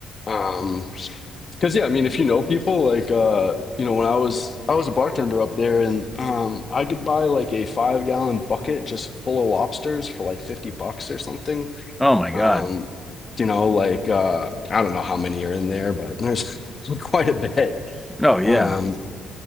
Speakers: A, on the left; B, in the centre.
A: Um Cause yeah, I mean, if you know people, like uh, you know, when I was I was a bartender up there, and um, I could buy like a five gallon bucket just full of lobsters for like fifty bucks or something.
B: Oh my
A: Um,
B: God.
A: you know, like uh, I don't know how many are in there, but there's <laughs> quite a bit.
B: Oh yeah.
A: Um,